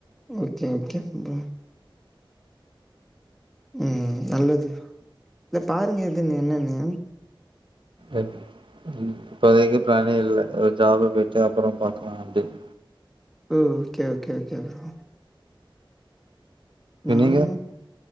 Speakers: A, in the centre; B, on the right.
A: ஓகே ஓகே ம் ம் நல்லது இல்ல பாருங்க எதுன்னு என்னன்னு
B: அது ம் இப்போதைக்கி ப்ளானே இல்ல அ ஜாபு போய்ட்டு அப்புறம் பாக்கலா அப்டின்
A: ஓ ஓகே ஓகே ஓகே ப்ரோ நாங்
B: நீங்க